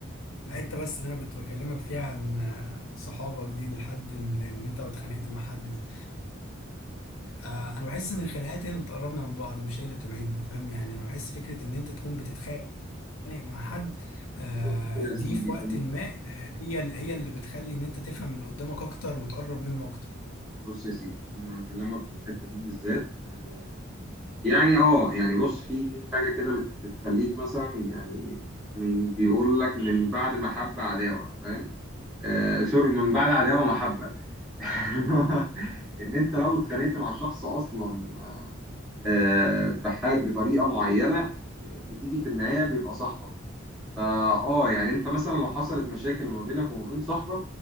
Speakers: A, on the left; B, in the centre.
A: الحتة بس اللي انا كنت بكلمك فيها عن آه، صحابك دي لحد ان إن انت اتخانقت مع حد دي آه، انا بحس ان الخناقات هي اللي بتقربنا من بعض مش هي اللي بتبعدنا فاهم يعني انا بحس فكرة ان انت تكون بتتخانق بتتخانق مع حد آه،
B: بص يا
A: دي
B: سيدي
A: في
B: تمام.
A: وقت ما آه، هي ال- هي اللي بتخلي ان انت تفهم اللي قدامك اكتر وتقرب منه اكتر
B: بص يا سيدي انا هكلمك في الحتة دي بالذات آه، يعني اه يعني بص في في حاجة كده بت- بتخليك مثلا يعني من بيقول لك من بعد محبة عداوة فاهم آه سوري من بعد عداوة محبة <laughs> ان انت لو اتخانقت مع شخص اصلا آه بح- بطريقة معينة آه، بتيجي في النهاية بيبقى صاحبك فا اه يعني انت مثلا لو حصلت مشاكل ما بينك وما بين صاحبك